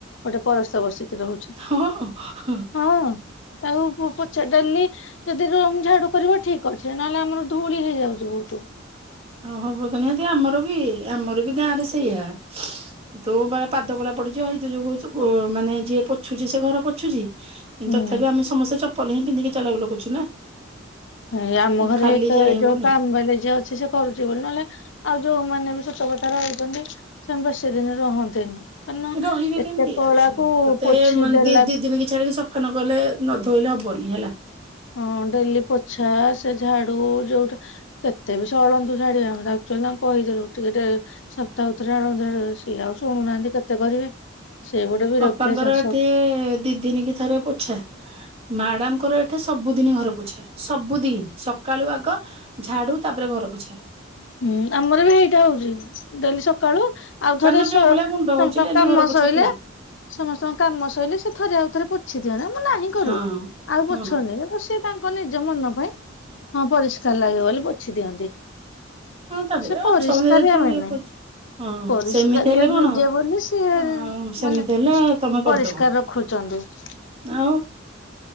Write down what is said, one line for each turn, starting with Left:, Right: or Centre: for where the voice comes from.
Left: ଗୋଟେ ପରସ୍ତ ବସିକି ରହୁ
Right: ହଁ
Left: ହଁ ତାକୁ ପ ପୋଛା ଡେଲି ଯଦି ରୁମ ଝାଡୁ କରିବ ଠିକ ଅଛି ନହେଲେ ଆମର ଧୂଳି ହେଇଯାଉଛି ବହୁତୁ।
Right: ହଁ ହବ ତ ନିହାତି ଆମର ବି ଏ ଆମର ବି ଗାଁ ରେ ସେଇଆ ତୋ ପରା ପାଦ କଳା ପଡିଯିବ ହେଇଥି ଯୋଗୁ ଓ ମାନେ ଯିଏ ପୋଛୁଛି ସେ ଘର ପୋଛୁଛି କିୁନ୍ତୁ
Left: ହୁଁ
Right: ତଥାପି ଆମେ ସମସ୍ତେ ଚପ ପଲ ହିଁ ପିନ୍ଧିକି ଚାଲବୁଲ କରୁଛୁ ନା।
Left: ଏ ଆମ ଘରେ
Right: ଖାଲି
Left: ହେଇକରେ
Right: ଯାଇ ହବନି।
Left: ଯୋଉ କାମ ବାଲି ଜିଏ ଅଛି ସେ କରୁଛି ବୋଲି ନହେଲେ ଆଉ ଯଉମାନେ ବି ସତ କଥା ରହୁଛନ୍ତି ସେମାନେ ବେସିଦିନି ରହନ୍ତିନି। କାରଣ
Right: ରହିବେ
Left: ଏତେ
Right: କେମିତି
Left: କଳାକୁ
Right: ଆ ସୁଣ ତତେ
Left: ପୋଛି
Right: ମାନେ
Left: ଦେଲା
Right: ଦି ଦି ଦିନି କି ଛାଡିକି ସଫ ଫା ନ କଲେ ନଧୋଇଲେ ହବନି ହେଲା
Left: ହଁ ଡେଲି ପୋଛା ସେ ଝାଡୁ ଯୋଉଟା କେତେ ବି ସେ ଅଳନ୍ଧୁ ଝାଡିବା। ଆମେ ଆକ୍ଚୁଆଲି ତାଙ୍କୁ କହିଥିଲୁ ଟିକେ ସପ୍ତାହ କୁ ଥରେ ଆଣଝାଡ଼ିବେ ସିଏ ଆଉ ଶୁଣୁନାହାଁନ୍ତି। କେତେ କରିବେ। ସେ ଗୋଟେ ବିରକ୍ତିଆ
Right: ଅପାଙ୍କର
Left: ଚାଷ
Right: ଏଠି ଦି ଦିନ କି ଥରେ ପୋଛା। ମ୍ୟାଡାମଙ୍କର ଏଠେ ସବୁଦିନ ଘର ପୋଛା। ସବୁଦିନ ସକାଳୁ ଆଗ ଝାଡୁ ତାପରେ ଘର ପୋଛା।
Left: ହୁଁ ଆମର ବି ହେଇଟା ହଉଛି। ଡେଲି ସକାଳୁ ଆଉ
Right: କାନ
Left: ଥରେ ସ
Right: ଯୋଉ ଭଳିଆ ଗୁଣ୍ଡ ହଉଛି
Left: ସବୁ
Right: ଡେଲି
Left: କାମ
Right: ଘର ପୋଛା
Left: ସଇଲେ।
Right: ଠିକ
Left: ସମସ୍ତଙ୍କ କାମ ସଇଲେ ସେ ଥରେ ଆଉ ଥରେ ପୋଛି ଦିଅନ୍ତି। ଆମେ ନାହିଁ କରୁ।
Right: ହଁ
Left: ଆଉ
Right: ହଁ।
Left: ପୋଛନି କିନ୍ତୁ ସେ ତାଙ୍କ ନିଜ ମନ ପାଇଁ ହଁ ପରିଷ୍କାର ଲାଗିବ ବୋଲି ପୋଛି ଦିଅନ୍ତି।
Right: ହଁ ତାପରେ
Left: ସେ ପରିଷ୍କାରିଆ
Right: ଅଛନ୍ତି ଯେହେତୁ
Left: ମେନେ।
Right: ଇଏ କରୁଛି ହଁ
Left: ପରିଷ୍କାରିଆ
Right: ସେମିତି ହେଲେ କଣ
Left: ନିଜେ ବୋଲି ସିଏ
Right: ଆଉ ସେମିତି
Left: ମାନେ
Right: ହେଲେ ତମେ କରିଦବ
Left: ପରିଷ୍କାର ରଖୁଛନ୍ତି। <inaudible>
Right: ଆଉ